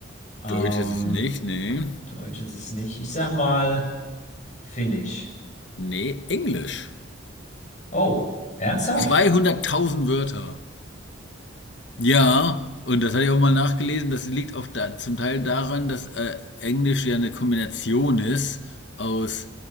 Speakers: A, on the left; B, on the left.
A: Ähm,
B: Deutsch ist es nicht, nee.
A: Deutsch ist es nicht. Ich sag mal Finnisch.
B: Nee, Englisch.
A: Oh, ernsthaft?
B: 200.000 Wörter. Ja, und das hatte ich auch mal nachgelesen, das liegt auch da, zum Teil daran, dass äh, Englisch ja eine Kombination ist aus